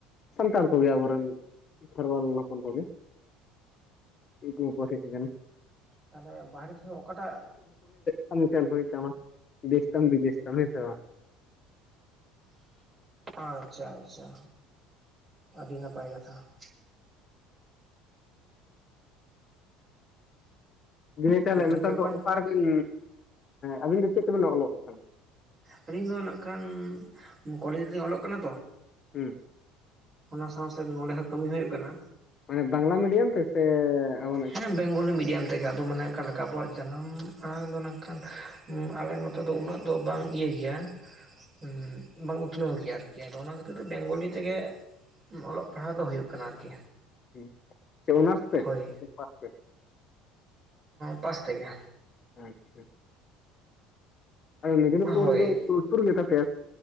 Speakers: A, on the left (about 40°); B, on the right (about 35°).
A: ᱥᱟᱱᱛᱟᱲ ᱠᱚᱜᱮ ᱟᱵᱚᱨᱮᱱ ᱠᱷᱮᱨᱣᱟᱞ ᱦᱚᱯᱚᱱ ᱠᱚᱜᱮ <unintelligible>
B: ᱛᱟᱦᱚᱞᱮ ᱵᱟᱦᱨᱮ ᱥᱚᱢᱚᱭ ᱚᱠᱟᱴᱟᱜ
A: ᱠᱟᱢᱤ ᱥᱮᱱ ᱦᱩᱭ ᱛᱟᱢᱟ ᱫᱮᱥ ᱛᱟᱢ ᱵᱤᱫᱮᱥ ᱛᱟᱢ ᱦᱮᱸ ᱥᱮ ᱵᱟᱝ?
B: ᱟᱪᱷᱟ ᱟᱪᱷᱟ ᱟᱹᱰᱤ ᱱᱟᱯᱟᱭ ᱠᱟᱛᱷᱟ <inaudible>
A: ᱫᱤᱭᱮ ᱛᱟᱦᱮᱞᱮ
B: ᱛᱚ ᱜᱚᱝᱠᱮ
A: ᱱᱮᱛᱟᱨ
B: ᱚᱠᱟ
A: ᱫᱚ ᱚᱠᱟᱨᱮᱵᱤᱱ ᱟᱹᱵᱤᱱ ᱫᱚ ᱪᱮᱫ ᱛᱮᱵᱮᱱ ᱚᱞᱚᱜ ᱠᱟᱱᱟ?
B: ᱟᱹᱞᱤᱧ ᱫᱚ ᱱᱟᱜ ᱠᱷᱟᱱ ᱠᱚᱞᱮᱡᱽ ᱨᱮᱞᱤᱧ ᱚᱞᱚᱜ ᱠᱟᱱᱟ ᱛᱚ
A: ᱦᱮᱸ
B: ᱚᱱᱟ ᱥᱟᱶ ᱥᱮᱫ ᱱᱚᱸᱰᱮ ᱦᱚᱸ ᱠᱟᱹᱢᱤ ᱦᱩᱭᱩᱜ ᱠᱟᱱᱟ᱾
A: ᱢᱟᱱᱮ ᱵᱟᱝᱞᱟ ᱢᱤᱰᱤᱭᱟᱢ ᱛᱮ ᱥᱮ ᱟᱵᱚᱱᱟᱜ
B: ᱦᱮᱸ ᱵᱮᱝᱜᱚᱞᱤ ᱢᱤᱰᱤᱭᱟᱢ ᱛᱮᱜᱮ ᱟᱫᱚ ᱢᱟᱱᱮ ᱟᱠᱟᱞᱮᱠᱟ ᱟᱵᱚᱣᱟᱜ ᱡᱟᱱᱟᱢ ᱟᱲᱟᱝ ᱫᱚ ᱱᱟᱝᱠᱷᱟᱱ ᱟᱞᱮ ᱱᱚᱛᱮ ᱫᱚ ᱩᱱᱟᱹᱜ ᱫᱚ ᱵᱟᱝ ᱤᱭᱟᱹ ᱜᱮᱭᱟ ᱩᱸ ᱵᱟᱝ ᱩᱛᱱᱟᱹᱣ ᱜᱮᱭᱟ ᱟᱨᱠᱤ ᱟᱫᱚ ᱚᱱᱟ ᱠᱷᱟᱹᱛᱤᱨ ᱛᱮ ᱵᱮᱝᱜᱚᱞᱤ ᱛᱮᱜᱮ ᱚᱞᱚᱜ ᱯᱟᱲᱦᱟᱜ ᱫᱚ ᱦᱩᱭᱩᱜ ᱠᱟᱱᱟ ᱟᱨᱠᱤ
A: ᱦᱩ ᱪᱮ ᱚᱱᱟᱨᱥ ᱛᱮ
B: ᱦᱳᱭ
A: ᱥᱮ ᱯᱟᱥ ᱛᱮ?
B: ᱯᱟᱥ ᱛᱮᱜᱮ
A: ᱟᱪᱷᱟ ᱟᱫᱚ ᱢᱮᱫᱽᱱᱤᱯᱩᱨ
B: ᱦᱳᱭ
A: ᱫᱚ ᱥᱩ ᱥᱩᱨ ᱜᱮᱛᱟᱯᱮᱭᱟ?